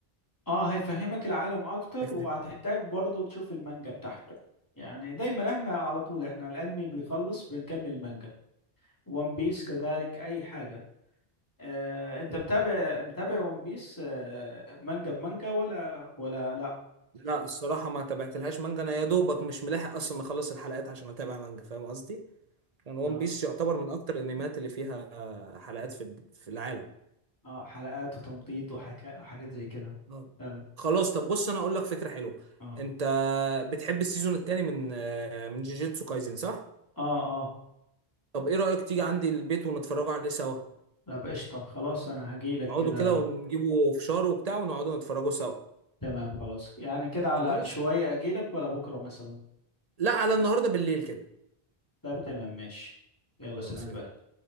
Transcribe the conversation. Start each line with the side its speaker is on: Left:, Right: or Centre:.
Left: اه هيفهمك العالم اكتر
Right: هيفهم.
Left: وهتحتاج برضو تشوف المانجا بتاعته يعني دايما احنا على طول احنا الانمي بيخلص بنكمل المانجا ون بيس كذلك اي حاجة آه انت
Right: مم.
Left: متابع متابع ون بيس آه مانجا بمانجا ولا ولا لا
Right: لا الصراحة ما تابعتلهاش مانجا انا يا دوبك مش ملاحق اصلا اخلص الحلقات عشان اتابع مانجا فاهم قصدي كان ون
Left: اه
Right: بيس يعتبر من اكتر الانميات اللي فيها حلقات في في العالم
Left: اه حلقات وتمطيط وحكا وحاجات زي كده
Right: اه
Left: فعلا
Right: خلاص طب بص انا اقول لك فكره حلوه
Left: اه
Right: انت بتحب السيزون التاني من آه، من جيجيتسو كايزن صح
Left: اه اه
Right: طب ايه رايك تيجي عندي البيت ونتفرجوا عليه سوا
Left: طب قشطة خلاص انا هجيلك
Right: نقعدوا
Left: كده
Right: كده ونجيبوا فشار وبتاع ونقعدوا نتفرجوا سوا
Left: تمام خلاص يعني كده على
Right: خلاص
Left: شوية اجيلك ولا بكرة مثلا
Right: لا على النهارده بالليل كده
Left: طب تمام ماشي يلا
Right: خلاص
Left: سلام
Right: يلا
Left: بقى